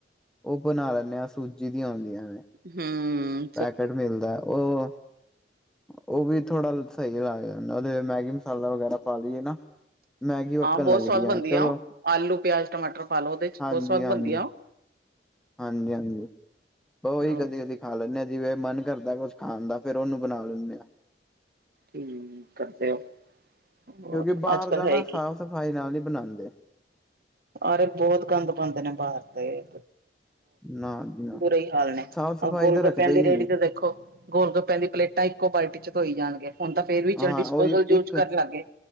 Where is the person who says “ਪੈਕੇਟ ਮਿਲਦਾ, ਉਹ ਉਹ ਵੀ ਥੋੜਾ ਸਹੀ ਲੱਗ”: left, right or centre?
Centre